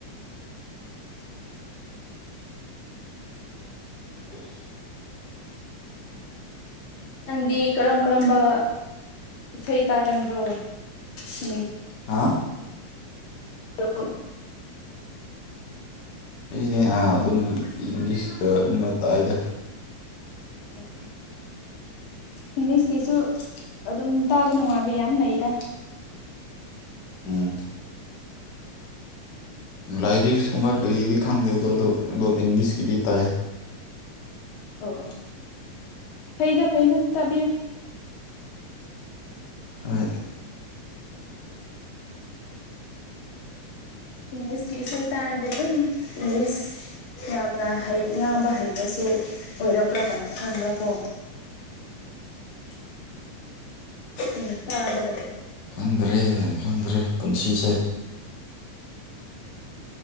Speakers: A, on the left (about 80°); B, on the left (about 55°).
A: ꯎ <unintelligible>
B: ꯅꯪꯗꯤ ꯀꯔꯝ ꯀꯔꯝꯕ ꯏꯁꯩ ꯇꯥꯒꯟꯕ꯭ꯔꯣ ꯁꯅꯤ
A: ꯍꯥ
B: ꯑ <unintelligible>
A: ꯑꯩꯗꯤ ꯑꯥ ꯑꯗꯨꯝ ꯏꯪꯂꯤꯁꯇ ꯎꯕ <unintelligible> ꯇꯥꯏꯗ
B: ꯑꯣ ꯑꯣ ꯏꯪꯂꯤꯁꯀꯤꯁꯨ ꯑꯗꯨꯝ ꯇꯥꯕ ꯅꯨꯡꯉꯥꯏꯕ ꯌꯥꯝ ꯂꯩꯗ
A: ꯎꯝ ꯂꯥꯏꯔꯤꯛꯁ ꯀꯨꯝꯕ ꯀꯔꯤꯗꯤ ꯈꯪꯗꯦꯗꯣ ꯑꯗꫭ ꯑꯗꯨꯝ ꯏꯪꯂꯤꯁꯀꯤꯗꯤ ꯇꯥꯏ
B: ꯑꫭ ꯑꯣ ꯐꯩꯗ ꯐꯩꯗ ꯇꯥꯕꯤꯌꯨ
A: ꯍꯣꯏ
B: ꯏꯪꯂꯤꯁꯀꯤ ꯏꯁꯩ ꯇꯔꯗꯤ‌ ꯑꯗꯨꯝ ꯏꯪꯂꯤꯁ ꯌꯥꯝꯅ ꯍꯩ ꯉꯥꯡꯕ ꯍꯩꯕꯁꯨ ꯑꯣꯏꯔꯛꯄ꯭ꯔꯥ ꯀꯥꯅ ꯈꯪꯕ꯭ꯔꯥ ꯀꯣ
A: <inaudible>
B: ꯎꯝ ꯇꯥꯒꯗꯕꯅ‌ꯦ
A: ꯈꯪꯗ꯭ꯔꯦ ꯈꯪꯗ꯭ꯔꯦ ꯄꯨꯟꯁꯤꯁꯦ